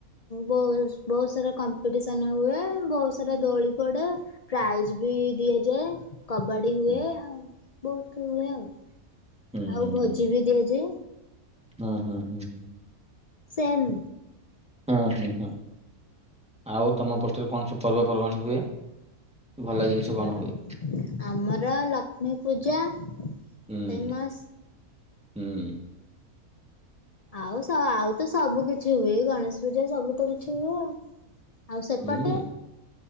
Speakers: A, on the left (about 70°); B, in the centre.
A: ବହୁ ବହୁତ ସାରା କମ୍ପିଟିସନ ହୁଏ, ବହୁତ ସାରା ଦୋଳି ପଡେ। ପ୍ରାଇଜ ବି ଦିଆଯାଏ, କବାଡି ହୁଏ,
B: ହୁଁ
A: ଆ ବହୁତ ହୁଏ ଆଉ।
B: ହୁଁ
A: ଆଉ
B: ହୁଁ
A: ଭୋଜି
B: ହୁଁ
A: ବି ଦିଆଯାଏ
B: ହୁଁ ହୁଁ ହୁଁ ହୁଁ।
A: ସେନ୍।
B: ହଁ, ହଁ, ହଁ ଆଉ ତମ ପଟରେ କଣ ସବୁ ପର୍ବପର୍ବାଣି ହୁଏ? ଭଲ ଜିନିଷ
A: ଆମର
B: କଣ ହୁଏ?
A: ଆମର ଲକ୍ଷ୍ମୀ ପୂଜା
B: ହୁଁ,
A: ଫେମସ୍।
B: ହୁଁ।
A: ଆଉ ସ ଆଉ ତ ସବୁ କିଛି ହୁଏ। ଏଇ ଗଣେଶ ପୂଜା ସବୁ ତ କିଛି ହୁଏ ଆଉ। ଆଉ ସେପଟେ
B: ହୁଁଁ,